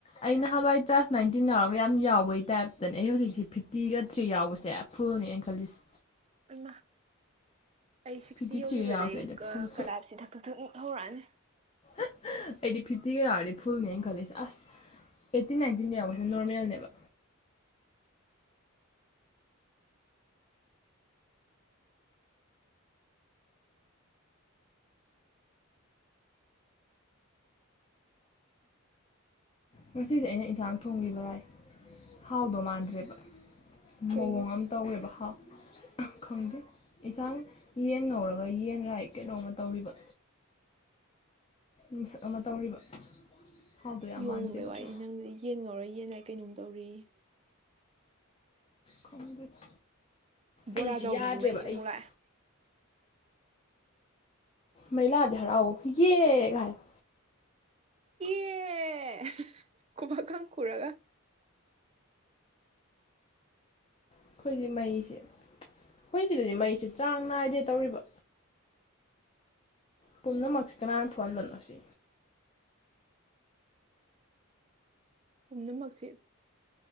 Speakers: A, on the left; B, on the right.
A: ꯑꯩ ꯅꯍꯥꯟꯋꯥꯏ ꯆꯥꯔꯖ ꯅꯥꯏꯟꯇꯤꯟ ꯌꯥꯎꯔꯒ ꯌꯥꯝ ꯌꯥꯎꯕꯩ ꯇꯥꯏꯞꯇꯅꯦ ꯑꯩ ꯍꯧꯖꯤꯛꯁꯦ ꯐꯤꯞꯇꯤꯒ ꯊ꯭ꯔꯤ ꯌꯥꯎꯕꯁꯦ ꯐꯨꯜꯅꯤ ꯑꯩꯅꯈꯜꯂꯤꯁꯤ
B: ꯑꫭꯏꯃ ꯑꯩ ꯁꯤꯛꯁꯇꯤ
A: ꯐꯤꯐꯇꯤ
B: ꯌꯧꯈꯤꯕꯗꯩ
A: ꯊ꯭ꯔꯤꯒ ꯌꯥꯎꯔꯁꯦ
B: ꯑꯩ
A: ꯑꯩꯗꯤ ꯐꯨꯜ
B: ꯀꯂꯥꯞꯁꯤ ꯊꯛ ꯊꯛ ꯊꯛ ꯃꯨꯛ ꯍꯧꯔꯛꯑꯅꯤ
A: ꯑꯩꯗꯤ ꯐꯤꯐꯇꯤꯒ ꯌꯥꯔꯗꯤ ꯐꯨꯜꯅꯤ ꯑꯩꯅ ꯈꯜꯂꯤꯁꯦ ꯑꯁ ꯑꯩꯠꯇꯤꯟ ꯅꯥꯏꯟꯇꯤꯟ ꯌꯥꯎꯕꯁꯦ ꯅꯣꯔꯃꯦꯜꯅꯦꯕ ꯉꯁꯤꯁꯦ ꯑꯩꯅ ꯏꯟꯁꯥꯡ ꯊꯣꯡꯕꯤꯕ ꯂꯥꯏ ꯍꯥꯎꯗꯧ ꯃꯥꯟꯗ꯭ꯔꯦꯕ
B: ꯀꯩꯒꯤ
A: ꯃꯑꯣꯡ ꯑꯃ ꯇꯧꯋꯦꯕ ꯍꯥꯎ ꯈꯪꯗꯦ ꯌꯦꯟꯁꯥꯡ ꯌꯦꯟ ꯉꯧꯔꯒ ꯌꯦꯟ ꯔꯥꯏ ꯀꯩꯅꯣꯝꯃ ꯇꯧꯔꯤꯕ ꯃꯤꯁꯛ ꯑꯃ ꯇꯧꯔꯤꯕ ꯍꯥꯎꯗꯣ ꯌꯥꯝ
B: ꯌꯣꯡꯒꯨꯝꯕꯩ
A: ꯃꯥꯟꯗ꯭ꯔꯤꯕ
B: ꯋꯥꯔꯤꯅꯤ
A: ꯑꯗꯨ
B: ꯅꯪꯗꯨꯗꯤ ꯌꯦꯟ ꯉꯧꯔ ꯌꯦꯟ ꯔꯥꯏ ꯀꯩꯅꯣꯝ ꯇꯧꯔꯦ ꯌꯦ
A: ꯈꯪꯗꯦꯗ
B: ꯕꯣꯔꯥ
A: ꯑꯩꯁꯤ
B: ꯆꯥꯎꯕꯤꯒꯤ
A: ꯌꯥꯗ꯭ꯔꯦꯕ
B: ꯃꯩꯁꯦ
A: ꯑꯩꯁ
B: ꯑꯃꯨꯛ ꯂꯥꯛꯑꯦ
A: ꯃꯩꯂꯥꯛ ꯑꯗꯤ ꯍꯔꯥꯎꯑꯣ ꯌꯦ ꯀꯥꯏꯅ
B: ꯌ‌ꯦ ꯈꯨꯕꯥꯛꯀ ꯈꯨꯔꯒ
A: ꯑꯩꯈꯣꯏꯗꯤ ꯃꯩꯁꯦ ꯑꯩꯈꯣꯏ ꯁꯤꯗꯗꯤ ꯃꯩꯁꯦ ꯆꯥꯡ ꯅꯥꯏꯗꯦ ꯇꯧꯔꯤꯕ ꯄꯨꯝꯅꯃꯛꯁꯤ ꯀꯅꯥꯅ ꯊꯣꯛꯍꯟꯕꯅꯣ ꯁꯤ
B: ꯄꯨꯝꯅꯃꯛꯁꯦ